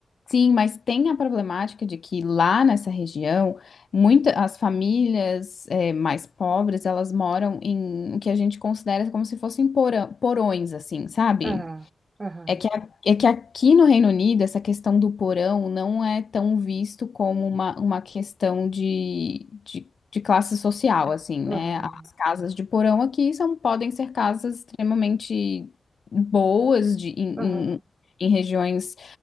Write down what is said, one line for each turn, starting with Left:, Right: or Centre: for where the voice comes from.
Left: Sim, mas tem a problemática de que lá nessa região, muita, as famílias eh, mais pobres, elas moram em o que a gente considera como se fossem porão- porões, assim, sabe?
Right: Aham, aham.
Left: É que, a- é que aqui no Reino Unido, essa questão do porão não é tão visto como uma, uma questão de, de, de classe social, assim, né?
Right: Aham,
Left: As casas de porão aqui são, podem ser casas extremamente boas de,
Right: aham,
Left: em em- em regiões